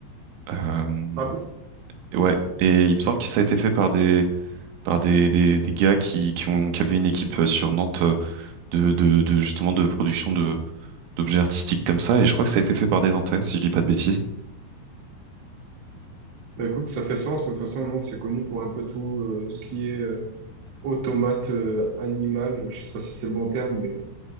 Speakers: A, on the right (about 75°); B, on the right (about 60°).
A: Euh,
B: Ah bon?
A: ouais. Et il me semble que ça a été fait par des par des des, des gars qui qui ont qui avaient une équipe euh, sur Nantes euh, de de de justement de production de d'objets artistiques comme ça, et je crois que ça a été fait par des Nantais, si je dis pas de bêtises.
B: Bah écoute, ça fait sens. De toute façon, Nantes, c'est connu pour un peu tout euh, ce qui est euh, automate euh, animal. Je sais pas si c'est le bon terme, mais